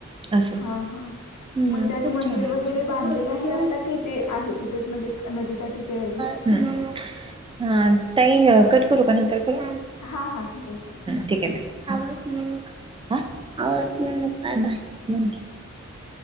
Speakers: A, on the right (about 20°); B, on the left (about 70°).
A: असं
B: हा हा.
A: हम्म
B: मग त्याचं
A: खूप
B: मंदिर
A: छान आहे आमच्या
B: वगैरे
A: इथे
B: बांधलेलं आहे आता, काही ते आहे तिथेच म्हणजे नदीकाठीच आहे अजून?
A: हम्म, ह ताई कट करू का, नंतर करू?
B: हा हा ठीके आहे चालेल.
A: ठीक आहे बाय, आवाज म्हणू हा आवज म्हणू का बाय बाय.